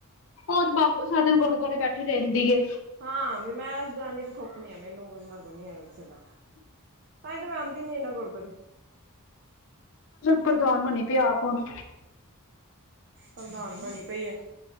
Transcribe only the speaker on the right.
ਹਾਂ ਵੀ ਮੈਂ ਜਾਣੀ ਤੇ ਥੁੱਕ ਨੀ ਆ ਮੈਨੂੰ ਇਨਾ ਕੁ ਨੀ ਹੈ ਕਿਸੇ ਦਾ ਤਾਂਹੀ ਤੇ ਮੈਂ ਆਂਦੀ ਨੀ ਇਨਾ ਗੁਰਦੁਆਰੇ,
ਪ੍ਰਧਾਨ ਬਣੀ ਪਈ ਹੈ,